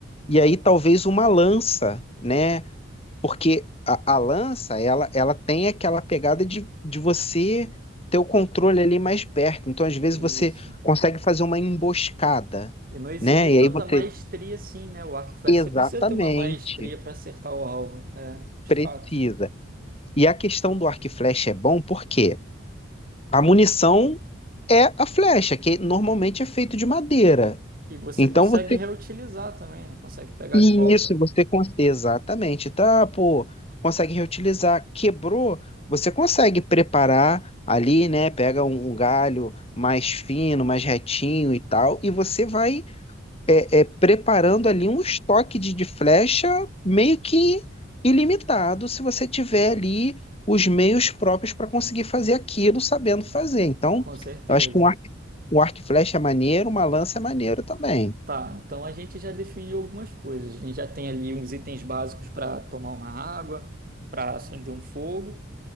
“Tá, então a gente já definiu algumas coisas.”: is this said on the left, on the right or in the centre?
Right